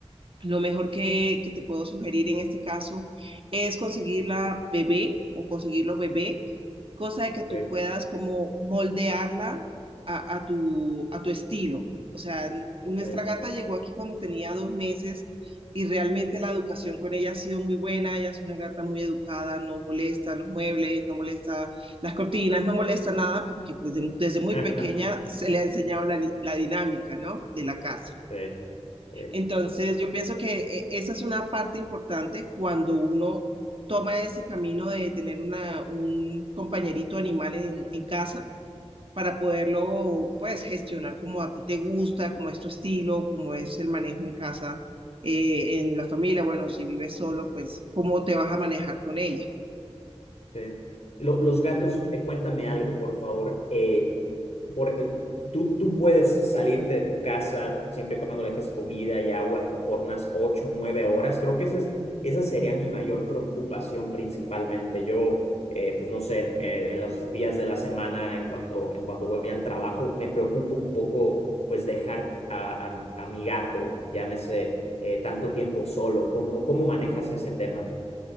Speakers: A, on the right; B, on the left.
A: lo mejor que, que te puedo sugerir en este caso es conseguirla bebé o conseguirlo bebé, cosa de que
B: ok,
A: tú puedas como moldearla a, a tu, a tu estilo. O sea, n-
B: ok.
A: nuestra gata llegó aquí cuando tenía dos meses y realmente la educación con ella ha sido muy buena. Ella es una gata muy educada, no molesta los muebles, no molesta las cortinas, no molesta nada porque pues, de- desde
B: <laughs>
A: muy pequeña se le ha enseñado la, la dinámica, ¿no? De la casa.
B: Sí, sí.
A: Entonces, yo pienso que eh, esa es una parte importante cuando uno toma ese camino de tener una, un compañerito animal en, en casa para poderlo, pues, gestionar como a ti te gusta, como es tu estilo, como es el manejo en casa, eh, en la familia. Bueno, si vives solo, pues, ¿cómo te vas a manejar con ella?
B: Sí. Lo- los gatos, eh, cuéntame algo, por favor. Eh, por, eh, tú, tú puedes salirte de tu casa siempre y cuando le dejes comida y agua por unas ocho o 9 horas. Creo que esa es- esa sería mi mayor preocupación principalmente. Yo, eh, pues no sé, en, eh, en los días de la semana, en cuanto, en cuando voy al trabajo, me preocupa un poco, pues dejar a, a- a mi gato, llámese, eh, tanto tiempo solo. ¿Cómo, cómo manejas ese tema?